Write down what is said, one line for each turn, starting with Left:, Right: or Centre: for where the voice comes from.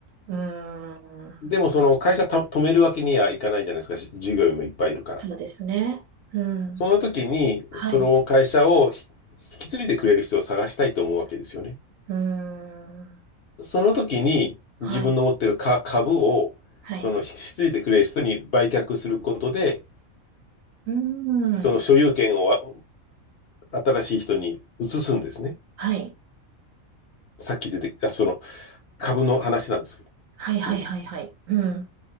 Right: うーん。
Left: でもその会社た止めるわけにはいかないじゃないですか、従業員もいっぱいいるから。
Right: そうですね。うん。
Left: その時に、
Right: はい。
Left: その会社をひ引き継いでくれる人を探したいと思うわけですよね。
Right: うーん。
Left: その時に、
Right: はい。
Left: 自分の持ってるか株を、
Right: はい。
Left: その引き継いでくれる人に売却することで、
Right: うーん。
Left: その所有権をわ新しい人に移すんですね。
Right: はい。
Left: さっき出て、あ、その株の話なんですけど。
Right: はいはいはいはい。
Left: うん
Right: うん。